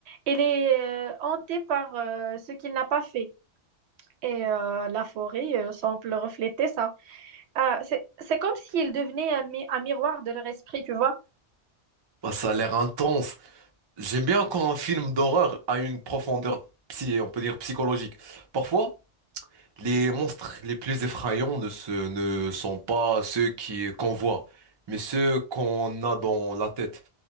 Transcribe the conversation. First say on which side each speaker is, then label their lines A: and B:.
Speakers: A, on the right (about 70°); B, on the right (about 40°).
A: Il est euh, hanté par euh, ce qu'il n'a pas fait. Et euh, la forêt euh, semble refléter ça. Ah, c'est, c'est comme s'il devenait un, mi- un miroir de leur esprit, tu vois.
B: Bah, ça a l'air intense. J'aime bien quand un film d'horreur a une profondeur psy, on peut dire psychologique. Parfois, les monstres les plus effrayants ne se- ne sont pas ceux qui, qu'on voit, mais ceux qu'on a dans la tête.